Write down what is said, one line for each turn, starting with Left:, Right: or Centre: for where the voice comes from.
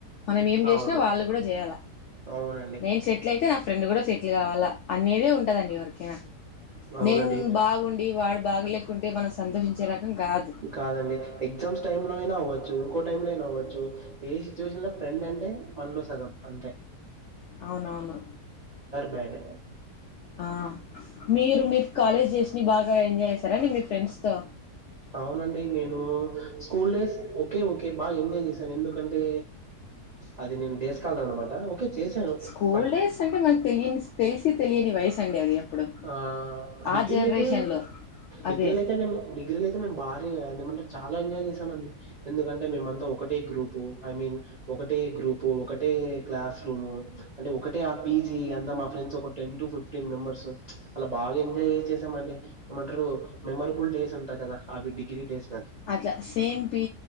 Left: మనం ఏం చేసినా
Right: అవును
Left: వాళ్ళు కూడా చేయ్యాల
Right: అవునండి
Left: నేను సెటిల్ అయితే నా ఫ్రెండ్ కూడా సెటిల్ కావాలా అనేదే ఉంటదండి ఎవరికి కె నా
Right: అవునండి
Left: నేను బాగుండి వాడు బాగలేకుంటే మన సంతోషించే రకం కాదు
Right: కాదండి ఎగ్జామ్స్ టైమ్ లో అయినా అవ్వచ్చు ఇంకో టైమ్ లో అయినా అవ్వచ్చు ఏ సిచ్యువేషన్ లో ఫ్రెండ్ అంటే మనలో సగం అంతే
Left: అవునవును
Right: బాడ్
Left: ఆ మీరు మీరు కాలేజ్ డేస్ ని బాగా ఎంజాయ్ చేస్తర మీ ఫ్రెండ్స్ తో
Right: అవునండి నేను స్కూల్ డేస్ ఓకే ఓకే బాగా ఎంజాయ్ చేశాను ఎందుకంటే అది నేను డేస్ కాలర్ అన్నమాట చేశాను
Left: స్కూల్
Right: బట్
Left: డేస్ అంటే మనకు తెలియని తెలిసి తెలియని వయసు అండి అది అప్పుడు
Right: అ డిగ్రీలైతే
Left: ఆ జనరేషన్ లో
Right: డిగ్రీలైతే
Left: అదే
Right: నేమో డిగ్రీలు.. బాగా అది ఏమంటారు చాలా ఎంజాయ్ చేసామండి ఎందుకంటే మేమంతా ఒకటే గ్రూపు ఐ మీన్ ఒకటే గ్రూపు ఒకటే క్లాస్ రూమ్ అంటే ఒకటే ఆ పీజీ అంతా మా ఫ్రెండ్స్ ఒక టెన్ టు ఫిఫ్టీన్ మెంబర్స్ ఉప్చ్ అలా బాగా ఎంజాయ్ చేసామండి ఏమంటరు మెమరబుల్ డేస్ అంటారు కద. అవి డిగ్రి డేస్
Left: అట్లా సేమ్ పీ